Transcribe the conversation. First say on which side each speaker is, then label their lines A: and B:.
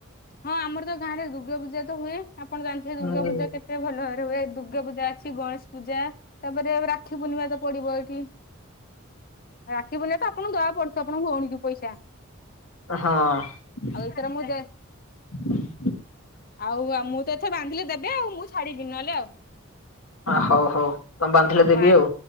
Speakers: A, on the left (about 45°); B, on the left (about 85°).
A: ହଁ ଆମର ତ ଗାଁରେ ଦୁର୍ଗା ପୂଜା ତ ହୁଏ ଆପଣ ଜାଣିଥିବେ ଦୁର୍ଗା
B: ହୁଁ
A: ପୂଜା କେତେ ଭଲ <unintelligible> ହୁଏ ଦୁର୍ଗା ପୂଜା ଅଛି ଗଣେଶ ପୂଜା ତାପରେ ରାକ୍ଷୀ ପୂର୍ଣ୍ଣିମା ତ ପଡିବ ଏଇଠି। ରାକ୍ଷୀ ପୂର୍ଣ୍ଣିମା ତ ଆପଣଙ୍କୁ ଦବାକୁ ପଡୁଥିବ ଆପଣଙ୍କ ଭଉଣୀ କୁ ପଇସା।
B: ହଁ।
A: ଆଉ ଏଥର ମୁଁ ଦେ ଆଉ ଆଉ ମୁଁ ତ ଏଥର ବାନ୍ଧିଲେ ଦେବେ ଆଉ ମୁଁ ଛାଡିବି ନହେଲେ ଆଉ।
B: ହଉ ହଉ ତମେ ବାନ୍ଧିଲେ
A: ହଁ
B: ଦେବି
A: ଭା
B: ଆଉ